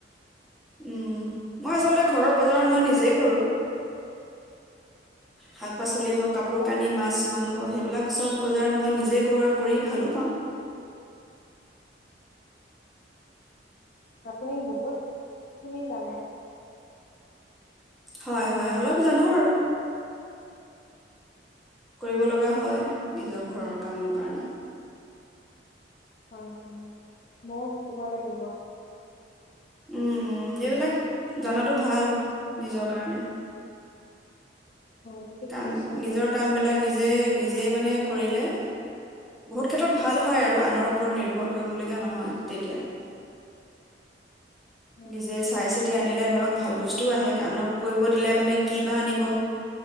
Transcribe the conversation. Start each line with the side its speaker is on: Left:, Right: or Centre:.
Centre: উম মই
Left: শিকিব
Centre: আচলতে ঘৰৰ
Left: লাগিব।
Centre: বজাৰ মই নিজেই কৰোঁ। শাক-পাচলি হওঁক
Left: সেইটো
Centre: কাপোৰ
Left: কাৰণে
Centre: কানি মাছ মাংস সেইবিলাক। চব বজাৰ মই নিজে কৰো আৰু কৰি ভালো পাওঁ।
Left: আপুনি বহুতখিনি জানে।
Centre: হয়, হয় অলপ জানো আৰু। কৰিব লগা হয় নিজৰ ঘৰৰ কামৰ কাৰণে।
Left: হয়, হয় ময়ো শিকিব লাগিব।
Centre: উম এইবিলাক জনাতো ভাল নিজৰ কাৰণে।
Left: হয় ঠিক
Centre: কাম
Left: কৈছে।
Centre: নিজৰ কাম বিলাক নিজ যে নিজে মানে কৰিলে বহুত ক্ষেত্ৰত ভাল হয় আৰু আনৰ ওপৰত নিৰ্ভৰ কৰিবলগীয়া নহয় তেতিয়া।
Left: হয়
Centre: নিজে চাই চিতি আনিলে ধৰক ভাল বস্তুও আহে, আনক কৰিব <unintelligible> মানে কি বা আনিব?